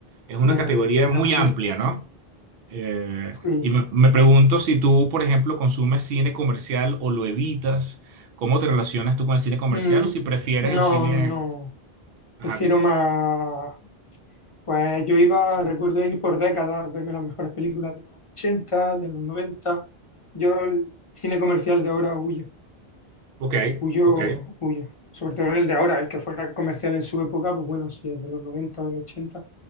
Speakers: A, on the right (about 65°); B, on the left (about 35°).
A: es una
B: ya,
A: categoría
B: mi
A: muy
B: amplio.
A: amplia, ¿no? Eh,
B: Sí.
A: y me, me pregunto si tú, por ejemplo, consumes cine comercial o lo evitas, ¿cómo te relacionas tú con el cine comercial
B: Mm,
A: o si prefieres
B: no,
A: el cine?
B: no.
A: Ajá,
B: Prefiero
A: dime.
B: más. Pues yo iba, recuerdo ir por décadas, a verme las mejores películas de los 80 de los noventa Yo el cine comercial de ahora huyo.
A: Ok,
B: Huyo,
A: ok,
B: huyo. Sobre todo el de ahora, el que fuera comercial en su época, pues bueno, si es de los 90 de los 80